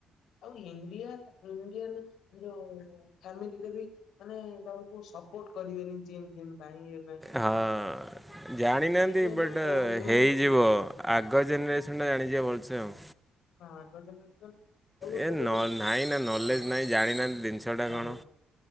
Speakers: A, on the left; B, in the centre.
A: ଆଉ ଇଣ୍ଡିଆ ଇଣ୍ଡିଆନ୍ ଯୋ ଫ୍ୟାମିଲିରେ ବି ମାନେ ତୋମକୁ ସପୋର୍ଟ କରିବେନି ଜିମ୍ ଫିମ୍। ପାଇଁ ଏ ପାଇଁ ସେ
B: ହଁ
A: ଗୋଟେ ତ ପକ ପାରିବେ, ସେଇଥିପାଇଁ
B: ଜାଣିନାହାନ୍ତି ବଟ୍
A: ତ କମ ବି
B: ହେଇଯିବ
A: ମାନେ ବହୁତ କମ।
B: ଆଗ ଜେନେରେସନ୍ ଟା ଜାଣିଯିବ ଭଲସେ ଆଉ।
A: ହଁ ଆଗ ଜେନେରେସନ୍
B: ଏ ନ ନାହିଁ ନା ନଲେଜ୍
A: <inaudible>
B: ନାହିଁ ଜାଣିନାହାନ୍ତି ଜିନିଷଟା
A: ହଁ
B: କ'ଣ